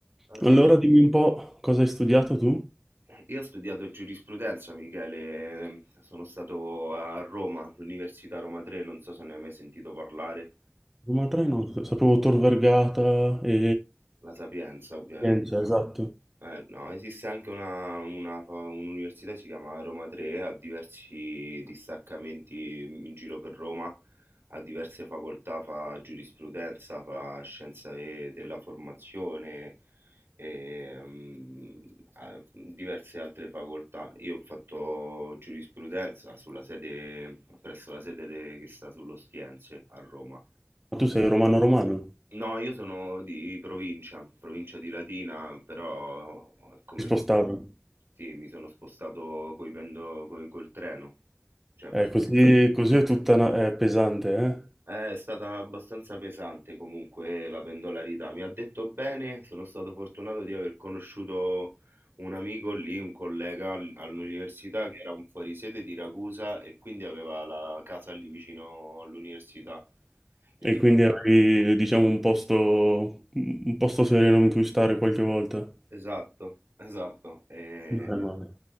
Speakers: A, on the right; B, in the centre.
A: Allora,
B: Allora dimmi un po' cosa hai studiato tu?
A: Io ho studiato giurisprudenza, Michele, sono stato a Roma, all'Università Roma 3, non so se ne hai mai sentito parlare,
B: Roma 3 no, sapevo Tor Vergata e
A: La Sapienza ovviamente.
B: Pienza, esatto.
A: Eh, no, esiste anche una, una fa- un'università, si chiama Roma 3, ha diversi distaccamenti in giro per Roma, ha diverse facoltà, fa giurisprudenza, fa scienza e- della formazione e mm, ha diverse altre facoltà. Io ho fatto giurisprudenza sulla sede, presso la sede de- che sta sull'Ostiense a Roma.
B: Ma tu sei romano-romano,
A: No, io sono di provincia, provincia di Latina, però è come
B: ti spostavi.
A: se sì, mi sono spostato coi pendo- coi- col treno. Cioè,
B: Eh,
A: facevo-
B: così, così è tutta una- è pesante,
A: Eh, È stata abbastanza pesante comunque la pendolarità. Mi ha detto bene, sono stato fortunato di aver conosciuto un amico lì, un collega all- all'università che era un fuorisede di Ragusa e quindi aveva la casa lì vicino all'università. E
B: eh?
A: dic-
B: E quindi avevi, diciamo, un posto, un posto sereno in cui stare qualche volta.
A: Esatto, esatto. E
B: Non è male.